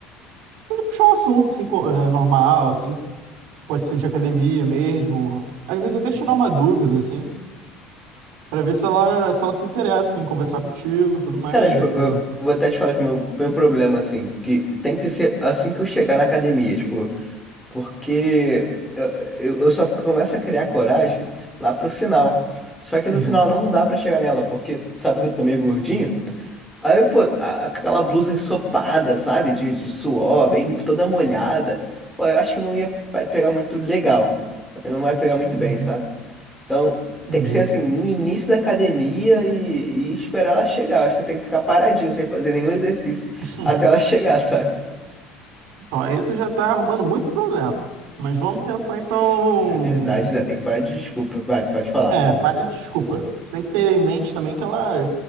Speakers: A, on the right (about 85°); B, in the centre.
A: puxar um assunto, assim, co- é, normal, assim, pode ser de academia mesmo. Às vezes até
B: Sim.
A: tirar uma dúvida, assim, pra ver se ela, se ela se interessa, assim, conversar contigo, tudo mais,
B: Cara, tipo,
A: aí
B: eu
A: tu.
B: vou até te falar do meu, meu problema, assim, que tem que ser assim que eu chegar na academia, tipo, porque eu, eu eu só começo a criar coragem lá pro final. Só que no
A: Uhum.
B: final não dá pra chegar nela, porque sabe que eu tô meio gordinho? Aí, pô, a- aquela blusa ensopada, sabe? De, de suor, bem toda molhada. Pô, eu acho que não ia vai pegar muito legal. Não vai pegar muito
A: Uhum.
B: bem, sabe? Então,
A: Entendi.
B: tem que ser assim, no início da academia e, e esperar ela chegar. Acho que eu tenho que ficar paradinho, sem fazer nenhum exercício,
A: <laughs>
B: até ela <laughs> chegar, sabe?
A: Então aí tu já tá arrumando muito problema. Mas vamos pensar então.
B: É verdade, né? Tem que parar de desculpa. Vai, pode falar.
A: É,
B: pode-
A: para, desculpa. Você tem que ter em mente também que ela,